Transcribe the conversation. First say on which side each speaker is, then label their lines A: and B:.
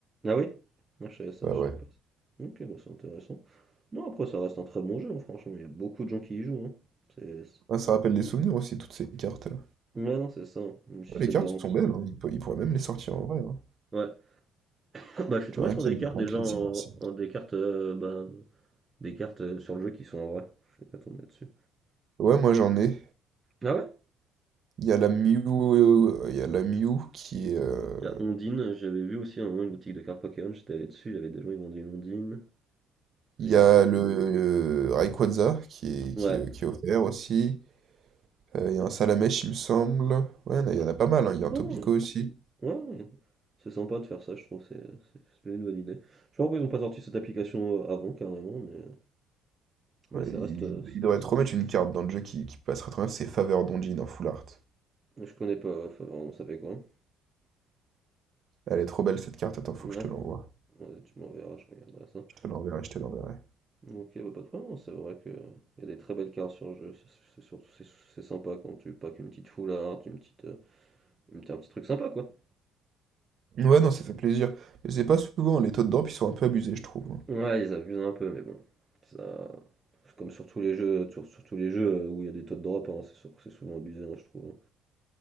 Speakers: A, on the right; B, on the right.
A: Ah oui? Non, je savais ça,
B: Bah
A: je
B: ouais.
A: savais pas. ça. Ok, bon, c'est intéressant. Non, après, ça reste un très bon jeu, hein, franchement, il y a beaucoup de gens qui y jouent. hein. C'est
B: Ah, ça rappelle des souvenirs aussi, toutes ces cartes-là.
A: Ouais, non, c'est ça, hein, le système
B: Ouais, les cartes
A: de rempart.
B: sont belles, hein. Ils, pour- ils pourraient même les sortir en vrai. hein.
A: Ouais. <laughs> Bah, je suis
B: Tu
A: tombé
B: vois,
A: sur
B: qu'il
A: des
B: y
A: cartes
B: a des
A: déjà
B: que
A: en,
B: les immersives.
A: en- des cartes euh, bah, des cartes euh, sur le jeu qui sont en vrai. Je suis pas tombé là-dessus.
B: Ouais, moi j'en ai.
A: Ah ouais?
B: Il y a la Mew, euh, il y a la Mew qui est. euh,
A: Il y a Ondine, j'avais vu aussi à un moment une boutique de cartes Pokémon, j'étais allé dessus, il y avait des gens, ils vendaient une Ondine.
B: Il
A: Il y
B: y
A: avait
B: a
A: des cartes.
B: le euh, Rayquaza qui est,
A: Ouais.
B: qui est, qui est offert aussi. Euh, il y a un Salamèche, il me semble. Ouais, il y en a,
A: Dark.
B: il y en a pas mal. hein. Il y a un
A: Oh
B: Topico
A: non,
B: aussi.
A: ouais, ouais. C'est sympa de faire ça, je trouve, c'est c'est- c'est une bonne idée. Je sais pas pourquoi ils ont pas sorti cette application euh, avant, carrément, mais, mais
B: Ouais,
A: ça
B: il,
A: reste euh, ça.
B: il devrait
A: ça.
B: te remettre une carte dans le jeu qui, qui passera très bien. C'est Faveur d'Ondine en full art.
A: Je connais pas, enfin, vraiment, ça fait quoi?
B: Elle est trop belle cette carte. Attends, faut
A: Ah,
B: que je te l'envoie.
A: ouais, tu m'enverras, je regarderai ça.
B: Je te l'enverrai, je te l'enverrai.
A: Ok, bah, pas de problème, c'est vrai que il y a des très belles cartes sur le jeu, c'est c'est surtout c'est c'est sympa quand tu packs une petite foularde, une petite, euh, une petite- un petit truc sympa quoi.
B: Ouais, non, ça fait plaisir. Mais c'est pas souvent, les taux de drop, ils sont un peu abusés, je trouve.
A: Ouais, ils abusent un peu, mais bon, ça, c'est comme sur tous les jeux, sur, sur tous les jeux euh, où il y a des taux de drop, hein, c'est sûr que c'est souvent abusé, hein, je trouve. hein.